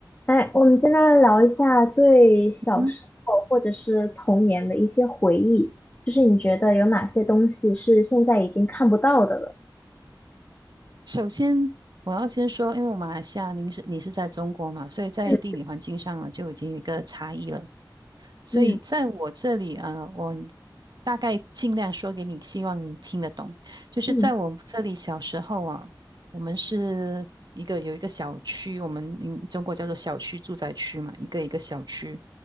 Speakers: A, on the left; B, on the right.
A: 哎，我们今天来聊一下对小时候或者是童年的一些回忆，
B: 嗯，
A: 就是你觉得有哪些东西是现在已经看不到的了？
B: 首先我要先说，因为我马来西亚，您是你是在中国嘛，所以在地理环境上呢就已经有一个差异了。
A: 嗯
B: 所以在我这里啊，
A: 嗯
B: 呃我大概尽量说给你，希望你听得懂。就是在我这里小时候啊，
A: 嗯
B: 我们是一个有一个小区，我们嗯中国叫做小区住宅区嘛，一个一个小区，